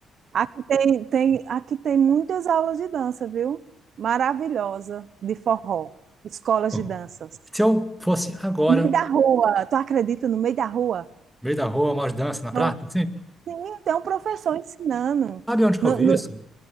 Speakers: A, on the right; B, in the centre.
A: Aqui tem, tem, aqui tem muitas aulas de dança, viu? Maravilhosa, de forró, escolas
B: bom,
A: de danças.
B: se eu fosse agora,
A: No meio da
B: no
A: rua, tu acredita, no meio da rua?
B: meio da rua, uma dança na
A: Então,
B: praça, assim,
A: sim, tem um professor ensinando.
B: sabe onde que
A: No,
B: eu vi
A: no-
B: isso?